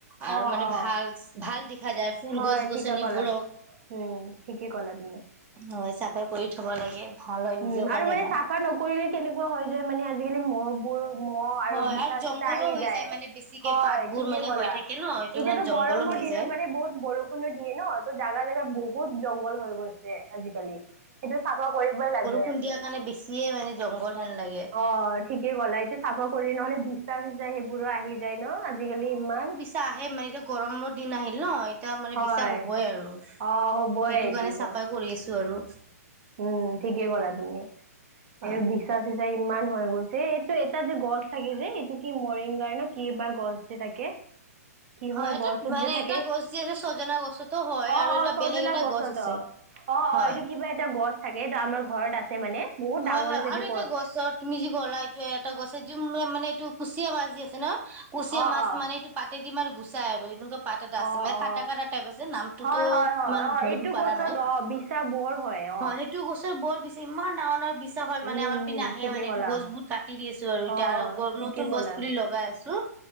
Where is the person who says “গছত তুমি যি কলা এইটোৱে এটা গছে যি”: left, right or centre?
Right